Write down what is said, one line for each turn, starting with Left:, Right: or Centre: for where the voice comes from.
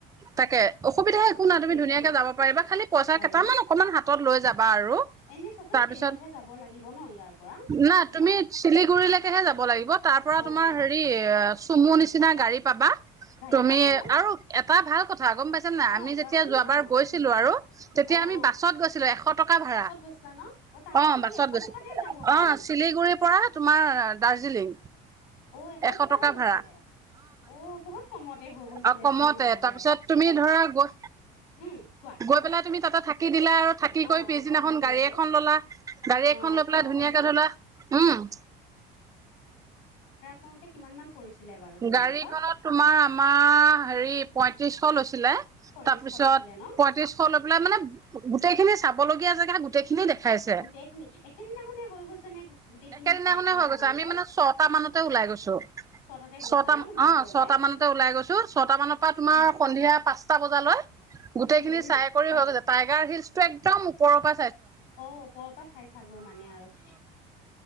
Right: তাকে অসুবিধা একো
Left: সেইটোয়ে
Right: নাই তুমি
Left: সেইটোয়ে
Right: ধুনীয়াকৈ যাব পাৰিবা খালী পইচা
Left: পাৰিম
Right: কেইটামান
Left: ন
Right: অকণমান হাতত লৈ যাবা আৰু
Left: এনে চোৱাচোন
Right: তাৰপিছত
Left: ট্ৰেইনতহে যাব লাগিব ন ইয়াৰ পৰা
Right: না
Left: তোমাৰ
Right: তুমি চিলিগুৰিলৈকেহে যাব লাগিব তাৰ পৰা
Left: অ
Right: তোমাৰ
Left: অ
Right: হেৰি চুমুৰ নিচিনা গাড়ী পাবা
Left: গাড়ী
Right: তুমি
Left: পাম ন
Right: আৰু তাৰ ভাল কথা ক গম পাইছে নাই
Left: অ
Right: আমি
Left: কোৱাচোন
Right: যেতিয়া যোৱ
Left: অ
Right: বাৰ গৈছিলো
Left: কি
Right: আৰু তেতিয়া
Left: অ
Right: আমি
Left: অ
Right: বাছত গৈছিলো এশত। এশ টকা ভা়ড়া
Left: বাছত গৈছিলা ন অ তালৈকে
Right: অঁ বাছত
Left: কি এশ
Right: গৈছিল
Left: টকাতে যাব পাৰি
Right: অঁ
Left: নেকি
Right: চিলিগুৰিৰ পৰা তোমাৰ দাৰ্জিলিং
Left: অ
Right: এশ
Left: টকাহে
Right: টকা
Left: লৈছিলে
Right: ভাড়া।
Left: অ বহুত কমতে হৈ গৈছিলেচোন
Right: অ কমতে
Left: নহলে
Right: তাৰপিছত তুমি
Left: অ
Right: ধৰা গৈ
Left: উম কোৱা
Right: গৈ পেলাই তুমি তাতে থাকি দিলা আৰু থাকি
Left: অ
Right: কৰি পিছদিনাখন
Left: অ থাকি দিলো
Right: গাড়ী
Left: আৰু
Right: এখন ললা গাড়ী এখন
Left: অ
Right: লৈ
Left: ফুৰিব
Right: পেলাই ধুনীয়াকে
Left: পাৰিম ন
Right: ধলা উম
Left: পাওঁতে কিমান মান পৰিছিলে বাৰু তোমালোকৰ
Right: গাড়ীখনত তোমাৰ আমাৰ হেৰি পই তিৰিছ শ চিলে
Left: পয়ত্ৰিছশ
Right: তাৰ পাছত
Left: লৈছিলে ন
Right: পয়ত্ৰিশ লৈ পেলাই মানে গো গোটেইখিনি চাবলগীয়া জেগা গোটেইখিনি দেখাইছে
Left: গোটেই খিনি একেদিনাখনে হৈ গৈছে নে? গোটেইখিনি
Right: একেদিনাখনে
Left: চাই পেলাই
Right: হৈ
Left: তোমালোকৰ
Right: গৈছে আমি মানে ছটা মানতে ওলাই গৈছো
Left: ছটাতে গৈছা
Right: ছটা
Left: ন
Right: মান
Left: তোমালোকে
Right: অ
Left: ওলাই
Right: ছটা মানতে ওলাই গৈছো ছয়টা মানৰ পৰা তোমাৰ
Left: উম
Right: সন্ধিয়া পাঁচটা বজালৈ গোটেই
Left: উম
Right: খিনি
Left: উম
Right: চাই কৰি
Left: হয়
Right: হৈ গৈছে টাইগ হিলছ টো একম ওপৰৰ পা
Left: অ ওপৰৰ পৰা চাই চাগৈ মানে আৰু